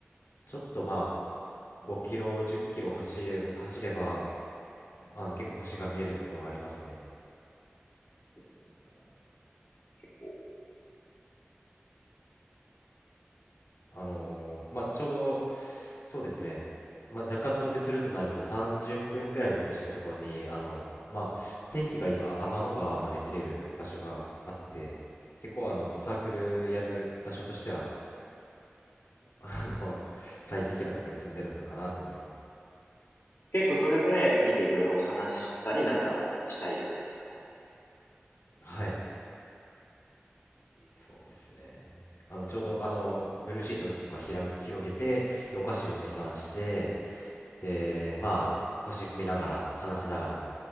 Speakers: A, on the left; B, on the left.
A: ちょっとまあ5キロ、10キロ走れば、走ればあの結構星が見えるところありますね。
B: ですね。それもまた結構、
A: あのーまあ、ちょうど、そうですね、まあ、若干遠出するとなると30分ぐらい遠出したところに、あのーまあ、天気がいいと天の川まで見れる場所があって、結構あのサークルやる場所としては、あの最適なところに住んでるのかなって思います。
B: 結構それで見ていろいろ話したりなんかしたりって感じですか
A: はい、
B: えー
A: そうですね。あのちょうどあのブルーシートとかひら広げて、でお菓子を持参して、で、まあ、星見ながら、話しながら